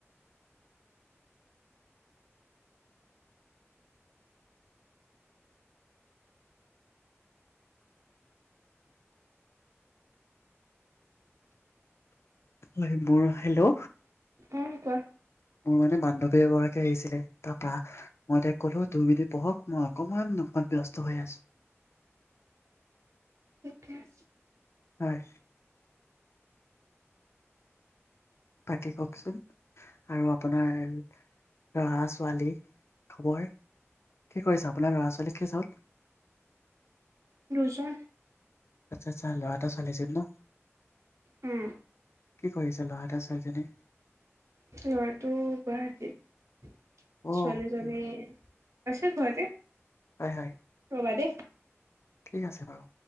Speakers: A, on the left (about 65°); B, on the right (about 85°).
A: হয়, মোৰ হেল্ল'।
B: অ', কোৱা।
A: মোৰ মানে বান্ধৱী এগৰাকী আহিছিলে তাৰ পা মই তাইক কলো দুই মিনিট বহক মই অকমান অকমান ব্যস্ত হৈ আছো
B: ঠিকে আছে
A: হয় বাকী কওকচোন আৰু আপোনাৰ লৰা ছোৱালী খবৰ কি কৰিছা আপোনাৰ লৰা ছোৱালী কেজন
B: লোজা
A: আচ্ছা আচ্ছা ল'ৰা এটা ছোৱালী এজনী ন
B: উম,
A: কি কৰি আছে ল'ৰা এটা ছোৱালীজনী
B: লৰাটো গুৱাহাটীত
A: অ
B: ছোৱালীজনী আছে ঘৰতে
A: হয় হয়
B: বা দে
A: ঠিক আছে বাৰু